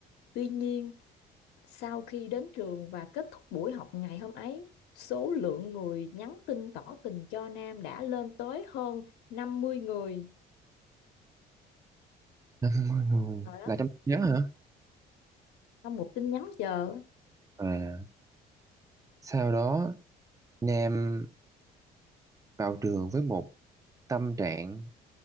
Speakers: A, on the left; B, on the right.
A: Tuy nhiên, sau khi đến trường và kết thúc buổi học ngày hôm ấy, số lượng người nhắn tin tỏ tình cho Nam đã lên tới hơn 50 người.
B: 50 người
A: Rồi đó,
B: là trong tin nhắn hả
A: sau một tin nhắn chờ,
B: à Sau đó, Nam vào trường với một tâm trạng